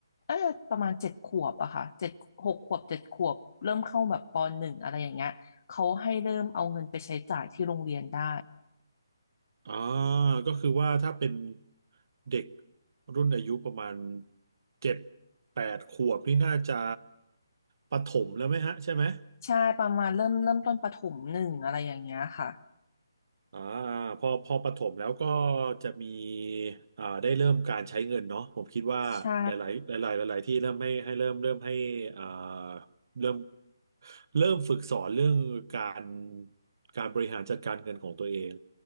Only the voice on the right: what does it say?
อ่าก็คือว่าถ้าเป็นเด็กรุ่นอายุประมาณเจ็ดแปดขวบนี่น่าจะประถมแล้วไหมฮะใช่ไหม
อ่าพอพอประถมแล้วก็จะมีอ่าได้เริ่มการใช้เงินเนาะผมคิดว่าหลายๆหลายๆหลายๆที่เริ่มให้ให้เริ่มเริ่มให้อ่า
เริ่มเริ่มฝึกสอนเรื่องการการบริหารจัดการเงินของตัวเอง